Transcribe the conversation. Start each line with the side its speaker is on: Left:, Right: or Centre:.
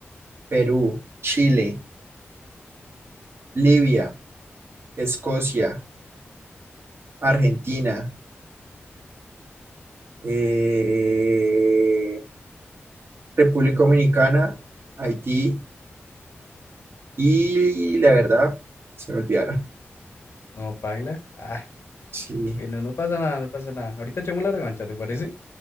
Right: Perú, Chile, Libia, Escocia, Argentina, eh, República Dominicana, Haití Y la verdad, se me olvidaron.
Left: No, paila. Ah,
Right: Sí,
Left: bueno, no pasa nada, no pasa nada. Ahorita echamos la revancha, ¿te parece?